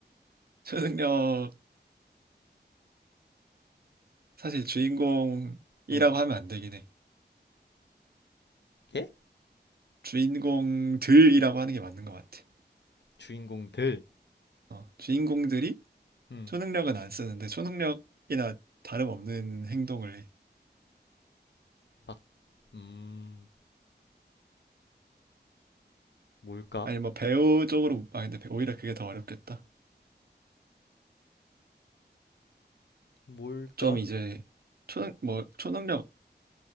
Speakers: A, on the right; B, on the left.
A: <laughs> 초능력 사실 주인공이라고
B: 어.
A: 하면 안 되긴 해.
B: 예?
A: 주인공들이라고 하는 게 맞는 것 같아.
B: 주인공들.
A: 어, 주인공들이
B: 음,
A: 초능력은 안 쓰는데 초능력이나 다름없는 행동을 해.
B: 막, 음, 뭘까?
A: 아니 뭐 배우 쪽으로 아 근데 오히려 그게 더 어렵겠다.
B: 뭘까?
A: 좀 이제 초능 뭐 초능력이